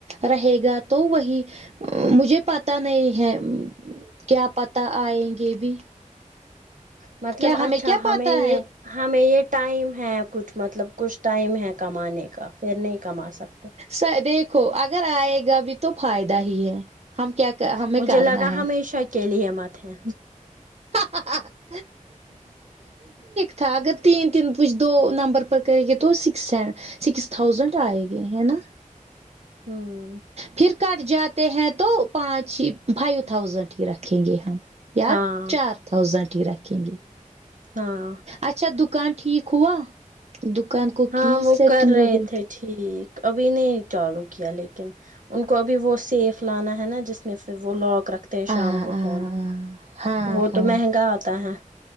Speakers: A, on the right; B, on the right.
A: رہے گا تو وہی مجھے پتا نہیں ہے کیا پتہ آئیں گے بھی
B: مطلب
A: کیا
B: اچھا
A: کیا
B: ہمیں
A: پتا
B: یہ
A: ہے
B: ہمیں یہ ٹائم ہے کچھ مطلب کچھ ٹائم ہے کمانے کا پھر نہیں کما سکتے
A: سے دیکھوں اگر آئے گا بھی تو فائدہ ہی ہے ہم کیا ہمیں
B: مجھے
A: کرنا
B: لگا
A: ہے
B: ہمیشہ کے لیے مت ہے
A: ہاں <unintelligible> تھا اگر تین تین کچھ دو نمبر پر کریں گے تو سکس سکس تھاؤزینڈ آئے گے ہے نا
B: ہمم
A: پھر کٹ جاتے ہیں تو پانچ ہی فائیو تھاؤزینٹ ہی رکھیں گے ہم یا
B: ہاں
A: چار تھاؤزینٹ ہی رکھیں گے
B: ہاں
A: اچھا دکان ٹھیک ہوا دکان کو
B: ہاں
A: کی
B: وہ
A: سیٹنگ
B: کر رہے
A: وغیرہ
B: تھے ٹھیک ابھی نہیں چالو کیا لیکن ان کو ابھی وہ سیف لانا ہے نا جس میں پھر وہ لاک رکھ
A: ہاں
B: شام
A: ہاں
B: کو سونا
A: ہاں
B: وہ
A: ہاں
B: تو مہنگا آتا ہے